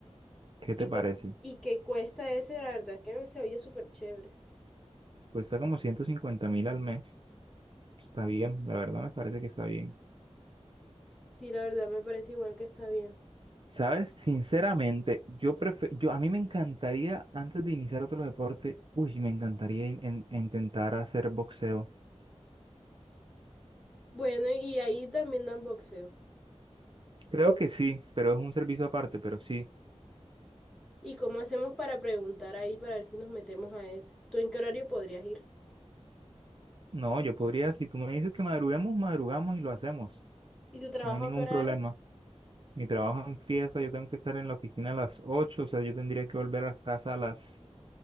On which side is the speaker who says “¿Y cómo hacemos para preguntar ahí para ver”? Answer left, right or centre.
Centre